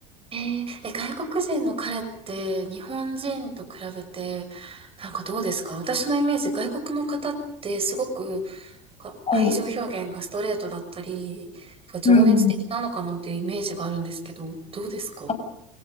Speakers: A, on the right; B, on the left.
A: えーえ外国人の彼って日本人と比べて、なんかどうですか私のイメージ、外国の方ってすごくか愛情表現がストレートだったり、
B: はい。
A: なんか情熱的なのかなっていうイメージがあるんですけど、
B: うん。
A: どうですか
B: あ